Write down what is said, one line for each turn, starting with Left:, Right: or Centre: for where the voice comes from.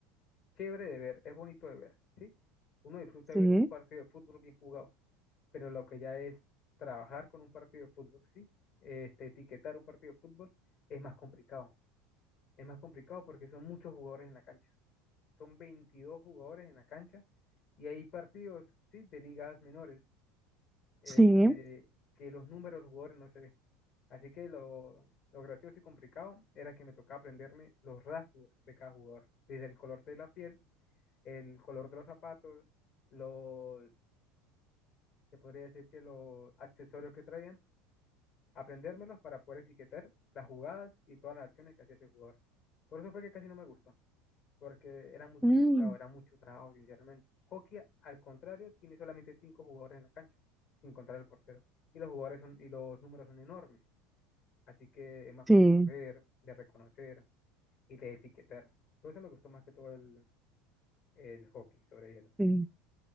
Left: chévere de ver, es bonito de ver, ¿sí? Uno disfruta ver
Centre: Sí,
Left: un partido de fútbol bien jugado, pero lo que ya es trabajar con un partido de fútbol, ¿sí? Este, etiquetar un partido de fútbol es más complicado. Es más complicado porque son muchos jugadores en la cancha. Son 22 jugadores en la cancha y hay partidos, ¿sí? De ligas menores, este,
Centre: sí,
Left: que los números de los jugadores no se ven. Así que lo, lo gracioso y complicado era que me tocaba aprenderme los rasgos de cada jugador, desde el color de la piel, el color de los zapatos, los, se podría decir que los accesorios que traían, aprendérmelos para poder etiquetar las jugadas y todas las acciones que hacía ese jugador. Por eso fue que casi no me gustó, porque era muy
Centre: mm,
Left: complicado, era mucho trabajo, sinceramente. Hockey, al contrario, tiene solamente cinco jugadores en la cancha, sin contar el portero. Y los jugadores son, y los números son enormes. Así que es más
Centre: sí,
Left: fácil de ver, de reconocer y de etiquetar. Por eso me gustó más que todo el, el hockey sobre hielo.
Centre: sí.